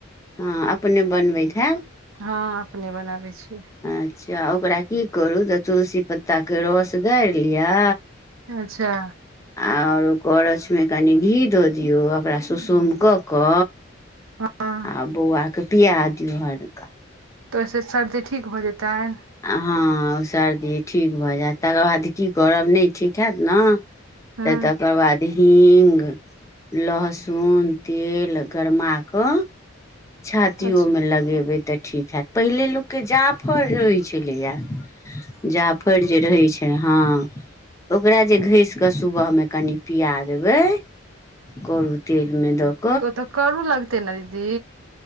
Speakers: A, on the left; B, on the right.
A: हँ अपने बनबैत हैत
B: हँ अपने बनाबै छै
A: अच्छा ओकरा की करू त तुलसी पत्ता के रस गैर लिअ
B: अच्छा
A: ओर करोछ मे कनि घी दऽ दियौ ओकरा सुसुम कऽ क
B: हँ
A: आ बौआके पिया दियऔ हल्का
B: तऽ ओहिसँ सर्दी ठीक भऽ जेतन
A: हँ ओ सर्दी ठीक भऽ जायत तकर बाद की करब नहि ठीक हैत नऽ
B: हँ
A: तऽ तकर बाद हिंग लहसुन तेल गरमा कऽ छातियओमे
B: अच्छा
A: लगेबै तऽ ठीक हैत पहिले लोकके जाफर होइत छलैए जाफर जे रहै छै हँ ओकरा जे घेस के सुबहमे कनि पिआ देबै करू तेलमे दऽ कऽ
B: उ तऽ करू लगतै न दीदी